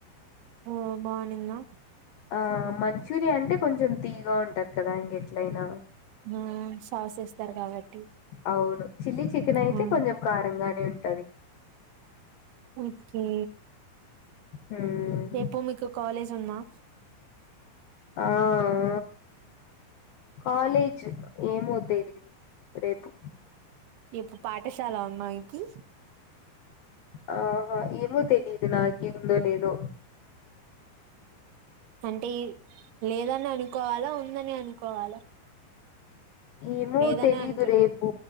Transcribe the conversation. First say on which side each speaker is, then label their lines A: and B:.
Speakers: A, on the right; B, on the left.
A: ఓ బావున్నిందా
B: ఆ మంచూరియా అంటే కొంచెం తియ్యగా ఉంటది కదా ఇంగెట్లయిన
A: హూమ్ సాస్ ఏస్తరు కాబట్టి
B: అవును చిల్లీ చికెన్ అయితే
A: అవును
B: కొంచెం కారంగానే ఉంటది.
A: అ కే
B: మ్మ్
A: రేపు మీకు కాలేజ్ ఉందా?
B: ఆఆ కాలేజ్ ఏమో తెలీదు రేపు
A: రేపు పాఠశాల ఉందా మీకి?
B: ఆహ ఏమో తెలీదు నాకి ఉందో లేదో
A: అంటే లేదని అనుకోవాలా ఉందని అనుకోవాలా
B: ఏమో
A: లేదనే
B: తెలీదు
A: అనుకున్నా
B: రేపు